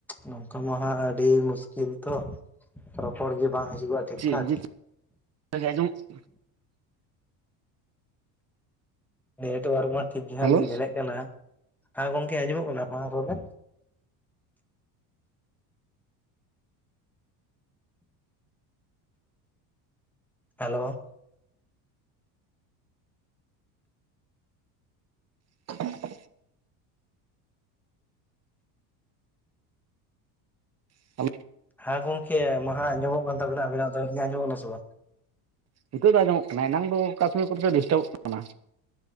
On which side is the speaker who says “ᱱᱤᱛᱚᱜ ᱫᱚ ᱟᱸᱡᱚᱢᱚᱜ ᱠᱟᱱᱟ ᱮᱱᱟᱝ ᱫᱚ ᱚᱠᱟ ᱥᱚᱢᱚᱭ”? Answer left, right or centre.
Right